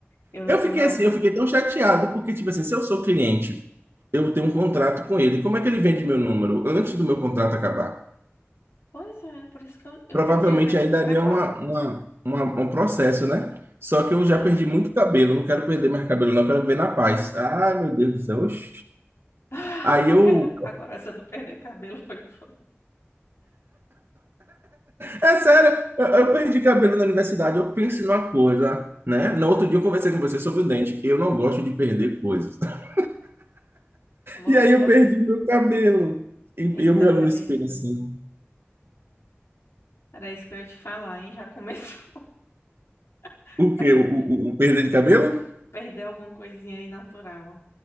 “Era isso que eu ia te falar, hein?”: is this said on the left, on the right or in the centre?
Left